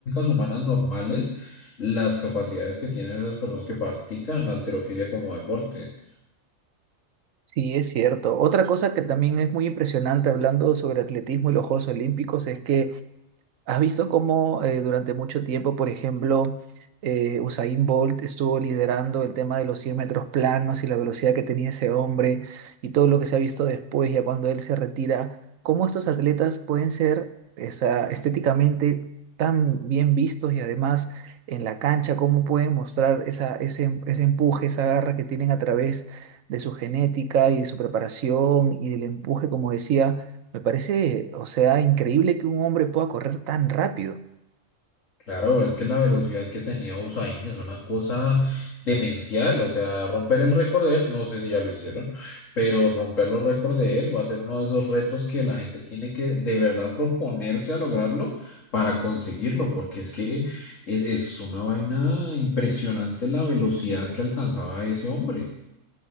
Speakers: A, on the left; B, on the right.
A: humanas normales las capacidades que tienen esas personas que practican la halterofilia como deporte.
B: Sí, es cierto. Otra cosa que también es muy impresionante hablando sobre atletismo y los Juegos Olímpicos es que ¿Has visto cómo eh, durante mucho tiempo, por ejemplo, eh, Usain Bolt estuvo liderando el tema de los 100 metros planos y la velocidad que tenía ese hombre y todo lo que se ha visto después, ya cuando él se retira? ¿Cómo estos atletas pueden ser esa, estéticamente tan bien vistos y además en la cancha, cómo pueden mostrar esa, ese, em- ese empuje, esa garra que tienen a través de su genética y de su preparación y del empuje, como decía? Me parece, o sea, increíble que un hombre pueda correr tan rápido.
A: Claro, es que la velocidad que tenía Usain es una cosa demencial, o sea, romper el récord de él, no sé si ya lo hicieron, pero romper los récords de él va a ser uno de esos retos que la gente tiene que de verdad proponerse a lograrlo para conseguirlo, porque es que es, es una vaina impresionante la velocidad que alcanzaba ese hombre.